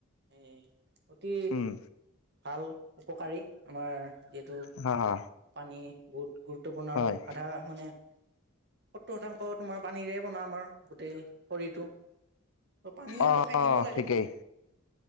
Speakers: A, on the right (about 50°); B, on the left (about 80°).
A: এ অতি
B: উম
A: ভাল উপকাৰী আমাৰ যিহেতু
B: হা হা
A: পানী বহুতু আপোনাৰ
B: হয়
A: আৰু আধা মানে সত্তৰ শতাংশ তোমাৰ পানীৰে বনা আমাৰ গোটেই শৰীৰটো অঁ' পানীটো
B: অ
A: খাই
B: অ
A: থাকিব লাগে
B: ঠিকেই